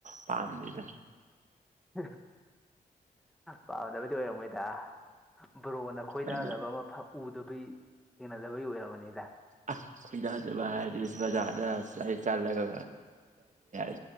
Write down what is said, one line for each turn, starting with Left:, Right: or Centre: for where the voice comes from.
Right: ꯄꯥꯝꯗꯦꯗ
Centre: <unintelligible> ꯄꯥꯝꯗꯕꯩꯗꯤ ꯑꯣꯏꯔꯝꯃꯣꯏꯗ ꯕ꯭ꯔꯣꯅ ꯈꯣꯏꯗꯥꯖꯕ
Right: ꯑꯗꯨꯅ
Centre: ꯑꯃ ꯐꯞ ꯎꯗꯕꯩ ꯊꯦꯡꯅꯗꯕꯩ ꯑꯣꯏꯔꯝꯃꯅꯤꯗ
Right: ꯑ ꯈꯣꯏꯗꯥꯖꯕ ꯍꯥꯏꯔꯗꯤ ꯕꯖꯥꯔꯗ ꯆ ꯆꯠꯂꯒ <unintelligible>